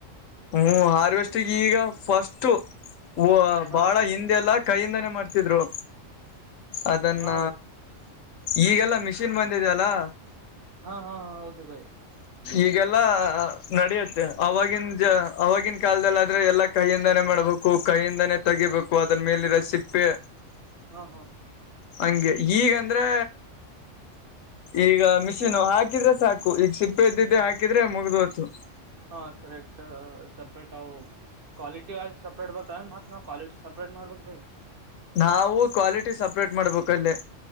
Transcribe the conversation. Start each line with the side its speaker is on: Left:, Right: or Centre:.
Left: ಹ್ಮ್ ಹಾರ್ವೆಸ್ಟಿಗ ಈಗ ಫಸ್ಟು ವೋ
Right: ಹಾ
Left: ಬಾಳ ಹಿಂದೆಲ್ಲ ಕೈಯಿಂದಾನೇ ಮಾಡ್ತಿದ್ರು ಅದನ್ನ.
Right: ಹಾ ಬೈ
Left: ಈಗೆಲಾ ಮಿಷಿನ ಬಂದಿದ್ಯಲಾ
Right: ಹಾ ಹಾ ಹೌದು ಬೈ
Left: ಈಗೆಲ್ಲಾ ನಡೆಯುತ್ತೆ ಆವಾಗಿಂದ ಜ ಅವವಾಗಿನ ಕಾಲದಲ್ಲಿ ಆದ್ರೆ ಎಲ್ಲಾ ಕೈಯಿಂದಾನೆ ಮಾಡ್ಬೇಕು ಕೈಯಿಂದಾನೇ ತೆಗಿಬೇಕು ಅದ್ರ ಮೇಲಿರೋ ಸಿಪ್ಪೆ.
Right: ಹಾ ಹಾ.
Left: ಹಂಗೆ ಈಗಂದ್ರೆ ಈಗ ಮಿಷಿನ ಹಾಕಿದ್ರೆ. ಸಾಕು ಈಗ ಸಿಪ್ಪೆ ಇದ್ದಿದೆ ಹಾಕಿದ್ರೆ ಮುಗ್ಡೊತು
Right: ಹಾ ಕರೆಕ್ಟ್ ಸಪ್ರೇಟ್ ಅವೂ ಕ್ವಾಲಿಟಿ ವೈಸ್ ಸಪ್ರೇಟ್ ಬರ್ತವ ಏನ್ ಮತ್ ಅವು. ಕ್ವಾಲಿಟಿ ಸಪ್ರೇಟ್ ಮಾಡ್ಬೇಕ ಬಾಯಿ.
Left: ನಾವು ಕ್ವಾಲಿಟಿ ಸಪ್ರೇಟ್ ಮಾಡ್ಬೇಕು. ಕಲ್ಲೇ